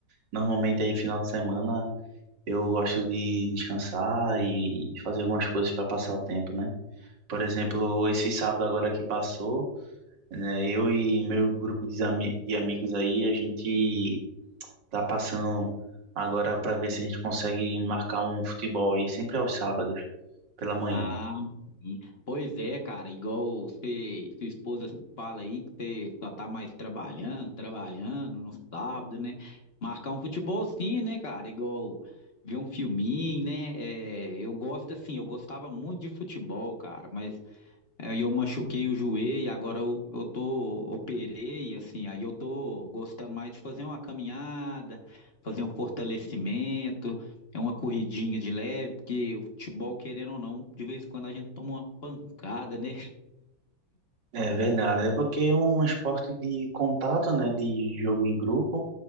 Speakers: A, on the right (about 65°); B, on the left (about 40°).
A: Normalmente aí final de semana eu gosto de descansar e fazer algumas coisas para passar o tempo, né? Por exemplo, esse sábado agora que passou né? Eu e meu grupo de, ami- de amigos aí, a gente tá passando agora para ver se a gente consegue marcar um futebol aí, sempre aos sábados, pela manhã.
B: ah, sim. pois é, cara. Igual você, sua esposa fala aí que você só tá mais trabalhando, trabalhando no sábado, né? Marcar um futebol sim, né, cara? Igual ver um filminho, né? É, eu gosto assim, eu gostava muito de futebol, cara, mas Aí eu machuquei o joelho, agora eu, eu tô, operei, assim, aí eu tô gostando mais de fazer uma caminhada, fazer um fortalecimento, é uma corridinha de leve, porque o futebol, querendo ou não, de vez em quando a gente toma uma pancada, né?
A: É verdade, é porque é um esporte de contato, né, de jogo em grupo,